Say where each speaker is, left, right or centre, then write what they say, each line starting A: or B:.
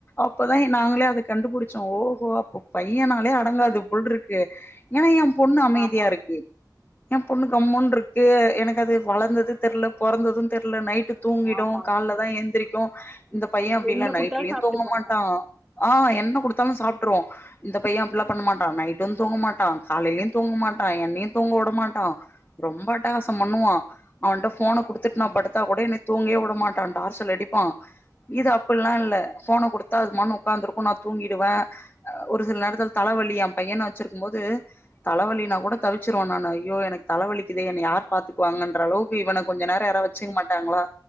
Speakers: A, on the left (about 20°); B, in the centre.
A: இப்பதா எ நாங்களே அத கண்டுபுடிச்சோ ஓஹோ அப்ப பையனாலே அடங்காது போல்ருக்கு எனா எ பொண்ணு அமைதியா
B: ஆமா,
A: இருக்கு எ பொண்ணு கம்முன்ருக்கு எனக்கு அது வளந்தது தெர்ல போறந்தது தெர்ல நைட்டு தூங்கிடு
B: ஆமா.
A: கால்லதா எந்திரிக்கு இந்த பைய அப்டில்ல
B: என்ன
A: நைட்லயு
B: குடுத்தாலும் சாப்பிட்டுக்குவாங்க.
A: தூங்க மாட்டா ஆ என்ன குடுத்தாலு சாப்ட்ருவோ இந்த பைய அப்டிலா பண்ண மாட்டா நைட்டு தூங்க மாட்டா காலைலயு தூங்க மாட்டா என்னையு தூங்கவுட மாட்டா ரொம்ப அட்டகாசோ பண்ணுவா அவன்ட போன குடுத்துட் நா
B: ஆமா.
A: படுத்தா கூட என்னைய தூங்கயே உடமாட்டா டார்சல் அடிப்பா இது அப்புல்லா இல்ல போன குடுத்தா அது மானு உக்காந்துருக்கு நா தூங்கிடுவே ஒரு சில நேரத்துல தலவலி எ பையன வெச்சிருக்கும்போது தலவலினா கூட தவிச்சுருவ நானு ஐயோ எனக்கு தலவலிக்குதே என்ன யார் பாத்துக்குவாங்கன்ற அளவுக்கு இவன கொஞ்ச நேரோ யாரா வெச் வெச்சுக் மாட்டாங்ளா